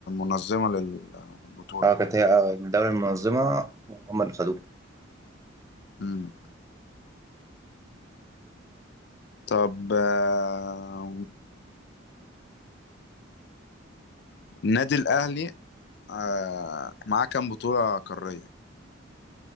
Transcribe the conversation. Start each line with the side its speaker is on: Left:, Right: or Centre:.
Left: منظمة للبطولة
Right: اه كانت هي آه، الدولة المنظمة هم اللي خدوه
Left: مم. طب آه، النادي الاهلي آه، معاه كام بطولة قارية